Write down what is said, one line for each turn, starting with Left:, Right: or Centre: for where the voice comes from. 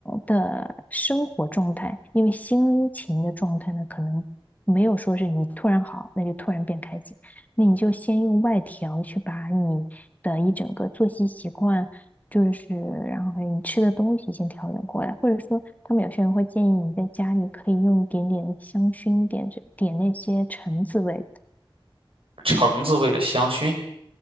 Left: 的生活状态，因为心情的状态呢，可能没有说是你突然好，那就突然变开心，那你就先用外调去把你的一整个作息习惯，就是然后还有你吃的东西先调整过来，或者说他们有些人会建议你在家里可以用一点点香薰，点着点那些橙子味。
Right: 橙子味的香薰，